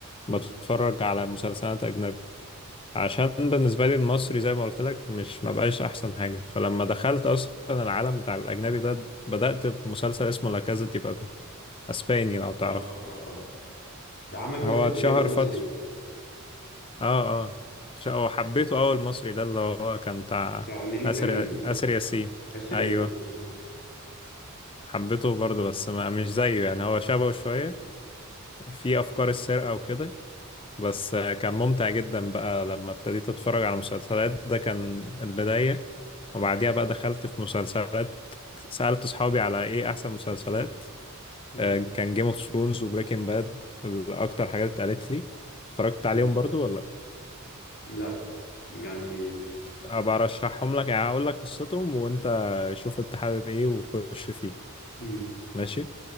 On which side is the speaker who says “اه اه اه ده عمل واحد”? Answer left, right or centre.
Left